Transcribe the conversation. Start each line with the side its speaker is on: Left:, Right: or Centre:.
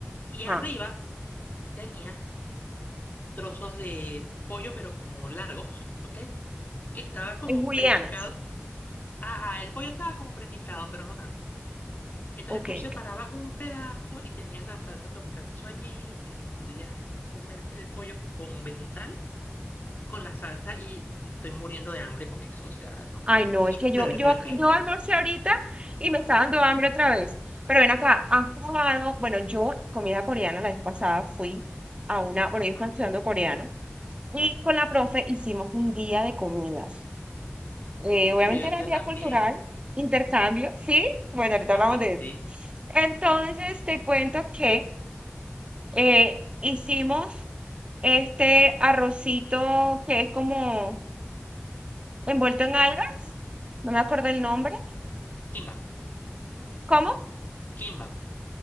Left: Y
Right: Ajá.
Left: arriba tenía trozos de pollo, pero como largos, ¿ok? Que estaba como
Right: En julianas.
Left: prepicado. Ajá, el pollo estaba como prepicado, pero no tanto. Entonces
Right: Ok,
Left: tú separabas
Right: ok.
Left: un pedazo y tenías la salsa tonkatsu allí y te lo podías comer el pollo con vegetal y con la salsa y me estoy muriendo de hambre con eso, o sea, no
Right: Ay,
Left: puedo.
Right: no, es que yo,
Left: <laughs>
Right: yo, ac- yo almorcé ahorita y me está dando hambre otra vez. Pero ven acá, has probado, bueno, yo comida coreana la vez pasada fui a una, bueno,
Left: Ajá.
Right: yo estaba estudiando coreano y con la profe hicimos un día de comidas. Eh,
Left: En
Right: obviamente
Left: serio,
Right: era
Left: yo
Right: día
Left: también.
Right: cultural, intercambio, ¿sí? Bueno, ahorita
Left: Ajá,
Right: hablamos de eso.
Left: sí.
Right: Entonces te cuento que eh, hicimos este arrocito que es como envuelto en algas, no me acuerdo el nombre.
Left: Kimbap,
Right: ¿Cómo?
Left: kimbap.